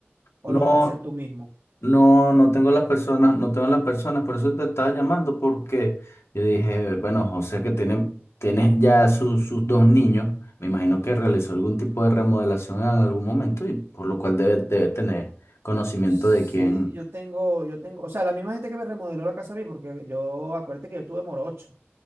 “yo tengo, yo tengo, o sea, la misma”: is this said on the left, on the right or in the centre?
Right